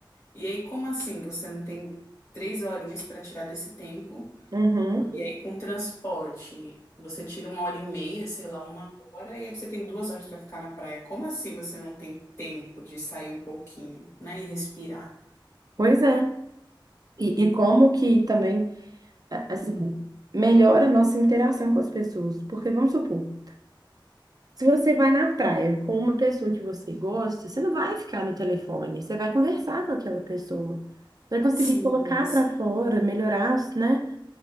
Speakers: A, on the left; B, on the right.
A: E aí, como assim? Você não tem três horinhas para tirar desse tempo?
B: uhum.
A: E aí, com transporte, você tira uma hora e meia, sei lá, uma hora, e aí você tem duas horas para ficar na praia. Como assim você não tem tempo de sair um pouquinho, né? E respirar?
B: Pois é. E, e como que também, a- assim, melhora a nossa interação com as pessoas. Porque vamos supor, Se você vai na praia com uma pessoa que você gosta, você não vai ficar no telefone, você vai conversar com aquela pessoa. Vai conseguir
A: Sim,
B: colocar para fora, melhorar, né,